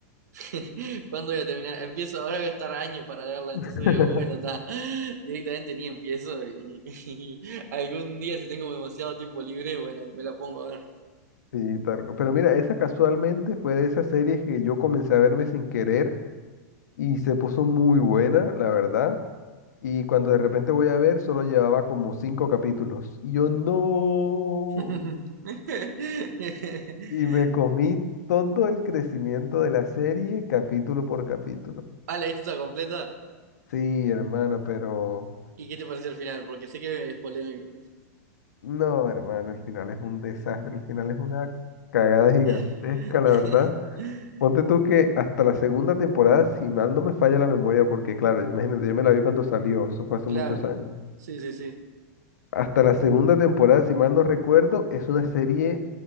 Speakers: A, on the right (about 75°); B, on the left (about 80°).
A: <laughs> ¿Cuándo voy a terminar? Empiezo, ahora voy a estar años para verla,
B: <laughs>
A: entonces digo, bueno, está, <laughs> directamente ni empiezo y, <laughs> y algún día si tengo demasiado tiempo libre, bueno, me la pongo a ver.
B: sí, tal. cu- Pero mira, esa casualmente fue de esas series que yo comencé a verme sin querer y se puso muy buena, la verdad. Y cuando de repente voy a ver, solo llevaba como cinco capítulos. Y yo no.
A: <laughs>
B: Y me comí todo el crecimiento de la serie capítulo por capítulo.
A: Ah, ¿la viste toda completa?
B: Sí, hermano, pero
A: ¿Y qué te pareció el final? Porque sé que es polémico.
B: no, hermano, el final es un desastre, el final es una cagada gigantesca,
A: <laughs>
B: la verdad. Ponte tú que hasta la segunda temporada, si mal no me falla la memoria, porque claro, imagínate, yo me la vi cuando salió, eso fue hace
A: Claro,
B: muchos años.
A: sí, sí, sí.
B: Hasta la segunda temporada, si mal no recuerdo, es una serie